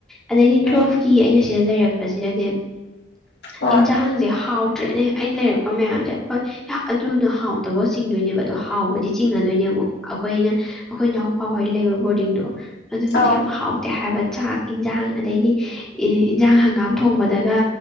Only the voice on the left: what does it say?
ꯎꯝ
ꯍꯣꯏ
ꯑꯥꯎ